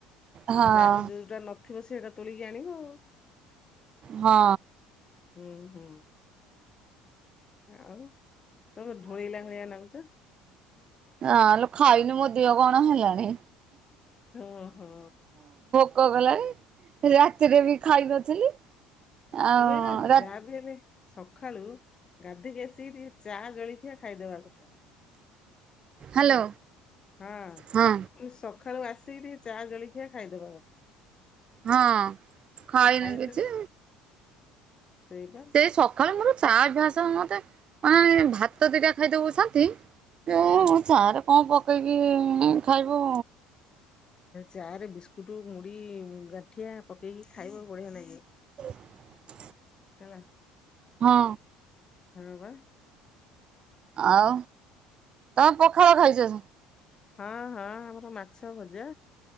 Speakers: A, on the right; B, on the left.
A: ହଁ
B: ଯାହାର ଯୋଉଟା ନ ଥିବ ସେ ସେଇଟା ତୋଳିିକି ଆଣିବ।
A: ହଁ।
B: ଉଁ ହୁଁ ଆଉ ତମେ ଢୋଳେଇଲା ଭଳିଆ ନାଗୁଚ।
A: ନା ଲୋ ଖାଇନି ମୋ ଦିହ କଣ ହେଲାଣି।
B: ଓ ହୋ।
A: ଭୋକ କଲାଣି। ରାତିରେ ବି ଖାଇ ନଥିଲି। ଆଉ
B: ତମେ ଏଇନା
A: ରା
B: ଯା ବି ହେଲେ ସକାଳୁ ଗାଧେଇକି ଆସିକି ଟିକେ ଚା ଜଳଖିଆ ଖାଇଦବା କଥା।
A: ହ୍ୟାଲୋ।
B: ହେଲା ହଁ ମୁଁ
A: ହଁ
B: କହିଲି ସକାଳୁ ଆସିକି ଟିକେ ଚା ଜଳଖିଆ ଖାଇଦବା କଥା।
A: ହଁ ଖାଇନି
B: ଖାଇଦେଲେ
A: କିଛି।
B: ସେଇବା
A: ସେ ସକାଳେ ମୋର ଚା ଅଭ୍ୟାସ ମତେ ମାନେ ଭାତ ଦିଟା ଖାଇଦବୁ ଶାନ୍ତି। ଚା
B: ହଁ।
A: ରେ କଣ ପକେଇକି ଖାଇବ।
B: ଚା ରେ ବିସ୍କୁଟ, ମୁଢି, ଗାଣ୍ଠିଆ, ପକେଇକି ଖାଇବ ବଢିଆ ଲାଗେ।
A: <inaudible>
B: ହେଲା।
A: ହଁ।
B: <unintelligible>
A: ଆଉ ତମେ ପଖାଳ ଖାଇଚ?
B: ହଁ ହଁ ଆମର ମାଛ ଭଜା